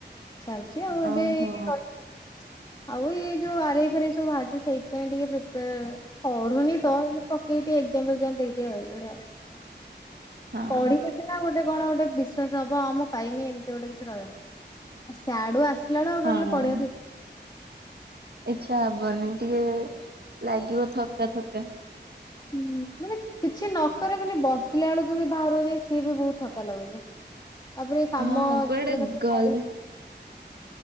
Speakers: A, on the left; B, on the right.
A: ଚାଲିଚି ଆଉ ଏବେ
B: ଓହୋ
A: ଏଇଟି ରହିକି ଆଉ ଏଇ ଯୋଉ ଆରେଇ ଫାରେଇ ସବୁ ବାହାରିଚି। ସେଇଥି ପାଇଁ ଟିକେ ପ୍ରିପେୟାର ପଢୁନି ତ ହେଲେ ପକେଇକି ଟିକେ ଏଗଜାମ୍ ଫେଗଜାମ୍ ଦେଇଦିଏ ଏଇଭଳିଆ ଆଉ।
B: ହଁ
A: ପଢିବା ସିନା ଗୋଟେ କଣ ଗୋଟେ ବିଶ୍ଵାସ୍ ହବ। ହଁ ମୁଁ ପାଇମି ଏମିତି ଗୋଟେ କିଛି ରହିବ। ସ୍ୟାଡୁ ଆସିଲା ବେଳୁ ଆଉ
B: ହଁ
A: ଟୋଟାଲି ପଢିବାକୁ ଇଚ୍ଛା
B: ଇଚ୍ଛା ହବନି। ଟିକେ ଲାଗିବ ଥକା ଥକା।
A: ହୁଁ ମାନେ କିଛି ନ କର ଖାଲି ବସିଲା ବେଳକୁ ବି ବାହାରୁକୁ ଯାଇ ସିଏ ବି ବହୁତ୍ ଥକା ଲାଗୁଚି। ତାପରେ କାମ
B: ହଁ
A: କୋଉ
B: କୁଆଡେ
A: ଦିନ କେମିତି
B: ଗଲେ
A: ପଡୁଚି।